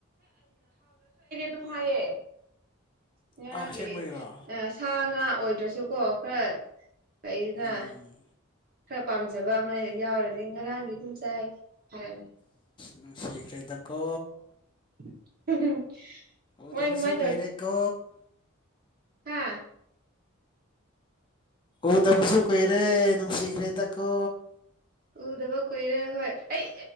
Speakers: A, on the right; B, on the left.
A: ꯁꯨꯝ ꯍꯥꯏꯌꯦ ꯉꯥꯔꯥꯡꯒꯤ
B: ꯑꯥ ꯑꯁꯦꯡꯕꯩꯔꯣ
A: ꯁꯥ ꯉꯥ ꯑꯣꯏꯗ꯭ꯔꯁꯨꯀꯣ ꯈꯔ ꯂꯩꯅ
B: ꯎꯝ
A: ꯈꯔ ꯄꯥꯝ ꯖꯕ ꯑꯃ ꯌꯥꯎꯔꯗꯤ ꯉꯔꯥꯡꯒꯤ ꯄꯨꯡꯆꯥꯏ ꯍꯥꯏꯔꯅꯤ
B: ꯅꯨꯡꯁꯤꯈ꯭ꯔꯦꯗꯀꯣ
A: <inaudible>
B: ꯎꯗꯕꯁꯨ
A: ꯀꯃꯥꯏ ꯀꯃꯥꯏ
B: ꯀꯨꯏꯔꯦ ꯀꯣ
A: ꯍꯥꯥ
B: ꯎꯗꯕꯁꯨ ꯀꯨꯏꯔꯦ ꯅꯨꯡꯁꯤꯈ꯭ꯔꯦꯗꯀꯣ
A: ꯎꯗꯕ ꯀꯨꯏꯔꯦ ꯍꯣꯏ ꯑꯩ